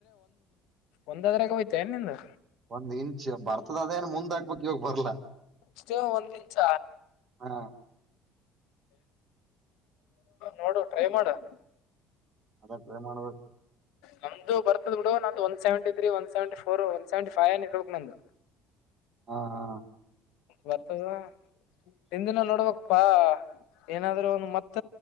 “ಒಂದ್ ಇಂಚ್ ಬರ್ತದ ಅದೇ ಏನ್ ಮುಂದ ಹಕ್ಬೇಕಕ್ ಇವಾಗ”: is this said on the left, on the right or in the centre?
Right